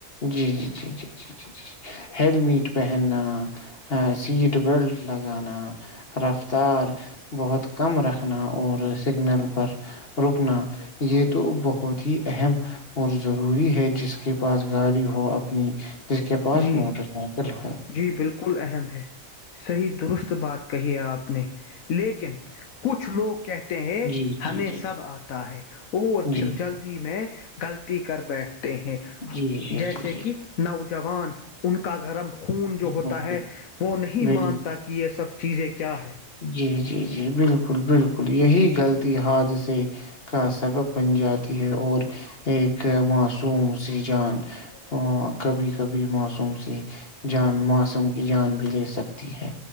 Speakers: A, on the left (about 45°); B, on the left (about 85°).
A: جی جی جی جی جی جی جی ہیلمیٹ پہننا سیٹ بیلٹ لگانا رفتار بہت کم رکھنا اور سگنل پر رکنا یہ تو بہت ہی اہم اور ضروری ہے جس کے پاس گاڑی ہو اپنی جس کے پاس
B: جی
A: موٹر سائیکل ہو
B: جی بالکل اہم ہے صحیح درست بات کہیے آپ نے لیکن کچھ لوگ کہتے ہیں
A: جی
B: ہمیں
A: جی جی
B: سب آتا ہے اور پھر
A: جی
B: جلدی میں گغلط کر بیٹھتے ہیں
A: جی جی
B: جیسے
A: جی
B: کہ نوج ان کا گرم خون جو ہوتا
A: بالکل
B: ہے وہ نہیں
A: جی
B: مانتا کہ یہ سب چیزیں کیا ہے
A: جی جی جی بالکل بالکل یہی غلطی حادثے کا سبب بن جاتی ہے اور ایک معصوم سی جان کبھی کبھی معصوم سی جان موسم کی جان بھی لے سکتی ہے